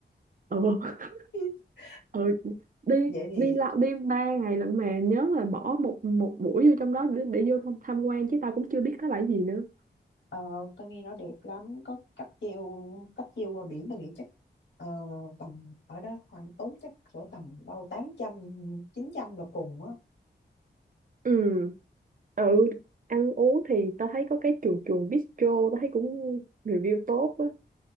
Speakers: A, on the right (about 45°); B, on the left (about 70°).
A: ừ
B: <laughs>
A: <laughs> ừ đi
B: vậy thì
A: đi lại đi ba ngày lận mà nhớ là bỏ một một buổi vô trong đó để, để vô tham, tham quan chứ tao cũng chưa biết nó là cái gì nữa
B: ờ, tao nghe nó đẹp lắm có cáp treo cáp treo qua biển tao nghĩ chắc ờ, tầm ở đó khoảng tốn chắc cỡ tầm đâu tám trăm chín trăm là cùng á
A: ừ ừ ăn uống thì tao thấy có cái chuồng chuồng bistro tao thấy cũng review tốt á